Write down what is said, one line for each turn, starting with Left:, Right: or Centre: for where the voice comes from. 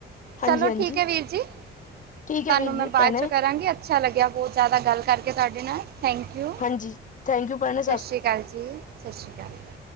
Left: ਹਾਂਜੀ-ਹਾਂਜੀ
Right: ਚਲੋ ਠੀਕ ਹੈ ਵੀਰ ਜੀ, ਤੁਹਾਨੂੰ
Left: ਠੀਕ ਹੈ ਵੀਰ
Right: ਮੈਂ
Left: ਜੀ
Right: ਬਾਅਦ
Left: ਭੈਣੇ
Right: ਚੋਂ ਕਰਾਂਗੀ ਅ ਅੱਛਾ ਲੱਗਿਆ ਬਹੁਤ ਜ਼ਿਆਦਾ ਗੱਲ ਕਰਕੇ ਸਾਡੇ ਨਾਲ। ਥੈਂਕ ਯੂ,
Left: ਹਾਂਜੀ ਥੈਂਕ ਯੂ ਭੈਣੇ
Right: ਸਤਿ ਸ਼੍ਰੀ ਅਕਾਲ ਜੀ, ਸਤਿ ਸ਼੍ਰੀ ਅਕਾਲ।